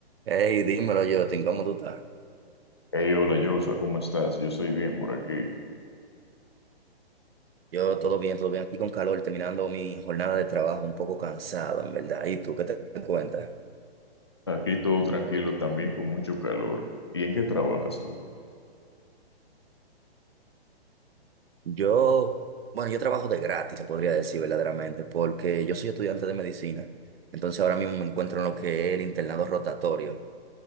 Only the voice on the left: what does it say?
Hey, hola Joshua, ¿cómo estás? Yo estoy bien por aquí.
Aquí todo tranquilo, también con mucho calor. ¿Y en qué trabajas tú?